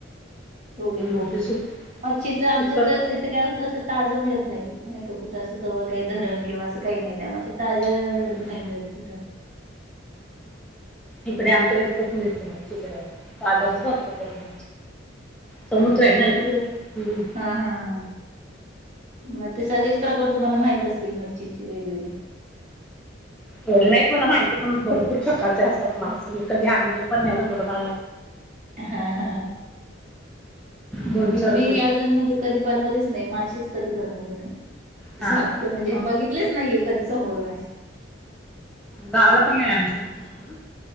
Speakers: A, on the right; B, in the centre.
A: सोडे,
B: हम्म
A: बोंबिल
B: ते सुक
A: मच्छीचा आमचं
B: सुक
A: तर इथे काय होतं असं ताजं मिळत. नाही नाही का कुठं असं जवळ काही धरण किंवा असं काही नाही त्यामुळे अशी ताज्या
B: हम्म हम्म.
A: नाही मिळत कुठं.
B: इकडे आमच्याकडे खूप मिळतं मच्छीचा बाजारच बर तो पूर्ण समुद्र
A: हा ना
B: आहे
A: म इकडे
B: हम्म.
A: हा हा हा मग ते सगळेच प्रकार तुम्हाला माहित असतील मच्छीचे वेगवेगळे
B: तेवढे नाहीत मला माहिती पण भरपूर प्रकारचे असतात मासे मी कधी आणले पण नाही ना मला
A: हा हा नाही
B: दोन
A: मी
B: चार
A: मी
B: ते
A: अजून म्हणजे कधी बनवलेच नाही मासेच कधी बनवले नाहीत,
B: हां का हं
A: बघितलेच नाहीत कधी समोरून अशी
B: गावाला पण नाही आला तुम्ही